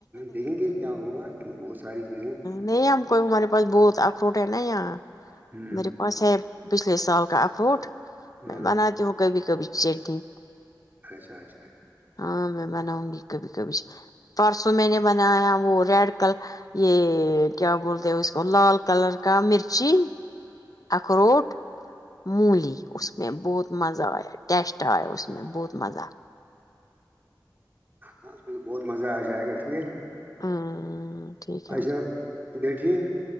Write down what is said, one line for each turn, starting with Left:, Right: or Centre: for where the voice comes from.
Right: دیکھیں گے کیا ہوگا بہت ساری چیزیں
Left: نہیں ہم کوئی ہمارے پاس بہت اخروٹ ہے نا اں
Right: ہوں
Left: میرےا اورسے پچھلے سال کا اخروٹ
Right: ہاں
Left: میں بناتی ہوں کبھی کبھی چٹنی
Right: اچھا اچھا
Left: ہاں میں بناؤں گی کبھی کبھی پرسوں میں نے بنایا وہ ریڈ کلر یہ کیا بولتے اس کو لال کلر کا مرچی اخروٹ مولی اس م میں بہت مزہ آیا ٹیسٹ آیا اس م میں بہت مزہ آ
Right: ہاں بہت مزہ آ جائے گا ٹھیک ہے
Left: ہمم ٹھیک
Right: اچھا گئے ٹیک